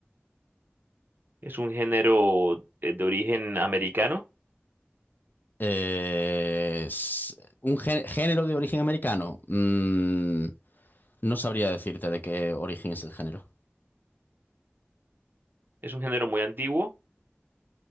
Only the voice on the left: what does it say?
Eh, es un gé- género de origen americano. Mm, no sabría decirte de qué origen es el género.